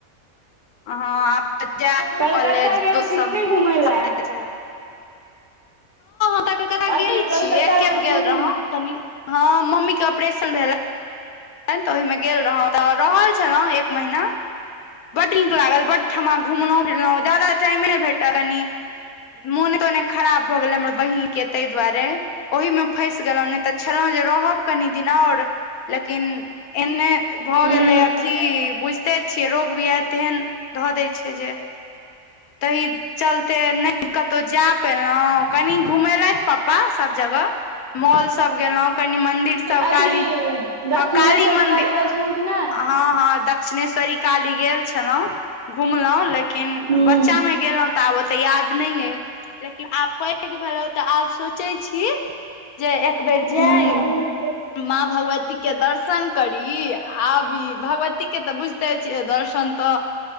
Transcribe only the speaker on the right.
कलकत्ता
गेल
छी कि
नहि घुमय लए
अथी
कलकत्ता
छी
काली
अथी
दक्षिणेश्वरी
गेल छलहुँ कि नहि
हूँ
हूँ